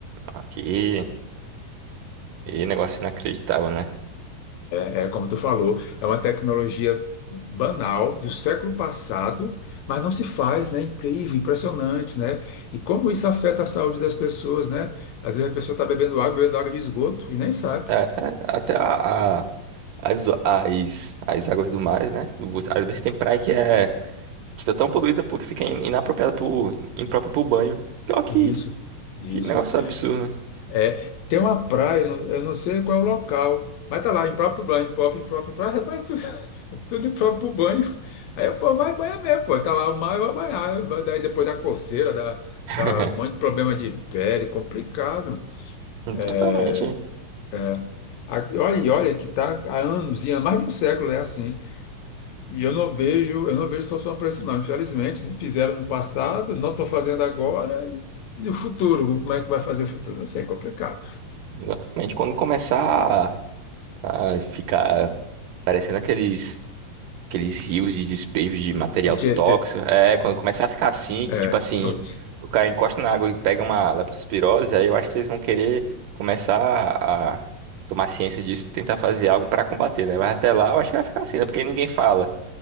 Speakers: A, on the right; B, on the left.
A: Aqui. E negócio inacreditável, né?
B: É como tu falou, é uma tecnologia banal do século passado, mas não se faz, né? Incrível, impressionante, né? E como isso afeta a saúde das pessoas, né? Às vezes a pessoa está bebendo água, bebendo água de esgoto e nem sabe.
A: É, é, até a, a- as, as, as águas do mar, né? Você- Às vezes tem praia que é que tá tão poluída porque fica in- inapropriada pro, imprópria pro banho. Então, que,
B: Isso, isso.
A: que negócio absurdo, né?
B: É, tem uma praia, eu não eu não sei qual é o local, mas tá lá, impróprio banho, impróprio, impróprio, impróprio, rapaz, tudo, <laughs> tudo impróprio pro banho. Aí, pô, vai banhar mesmo, pô, tá lá o mar, vai banhar. Daí depois da coceira, dá,
A: <laughs>
B: dá um monte de problema de pele, complicado.
A: totalmente
B: É, é. A- E Olha, e olha que está há anos, e há mais de um século é assim. E eu não vejo, eu não vejo solução para isso, não. Infelizmente, não fizeram no passado, não estou fazendo agora. E e no futuro, como é que vai fazer o futuro? Não sei, é complicado.
A: Exatamente. Quando começar. Ah, fica parecendo aqueles aqueles rios de despejo de material
B: O Tietê,
A: tóxico. É, quando começar a ficar assim, que
B: é,
A: tipo assim,
B: o Ti-
A: o cara encosta na água e pega uma leptospirose, aí eu acho que eles vão querer começar a tomar ciência disso, tentar fazer algo pra combater, né? Mas até lá eu acho que vai ficar assim, né? Porque ninguém fala,